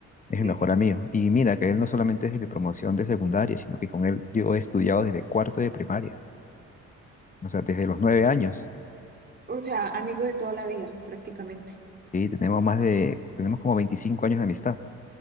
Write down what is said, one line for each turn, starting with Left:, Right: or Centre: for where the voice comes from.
Left: Es
Right: Sí.
Left: mi mejor amigo. Y mira, que él no solamente es de mi promoción de secundaria, sino que con él yo he estudiado desde cuarto de primaria, o sea, desde los nueve años.
Right: O sea, amigos de toda la vida, prácticamente.
Left: Y tenemos más de, tenemos como 25 años de amistad.